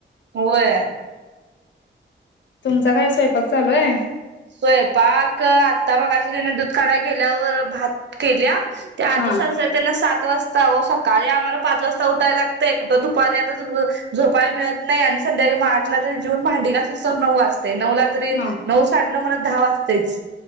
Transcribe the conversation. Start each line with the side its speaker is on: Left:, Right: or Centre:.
Right: व्हय
Left: तुमचा काय स्वयंपाक चालू हाय
Right: स्वयंपाक आता मगाशी तिने दूध काढाय गेल्यावर भात केल्या त्या आज्ज
Left: हा
Right: सासू आहे त्यांना सात वाजता ओ सकाळी आम्हाला पाच वाजता उठाय लागतंय कुठं दुपारी आता झो झोपाय मिळत नाय आणि संध्याकाळी म आठला जरी जिवून भांडी घासूसतवर नऊ वाज तय नऊ ला तरी
Left: हा
Right: नऊस साडेनऊ मला दहा वाजतयच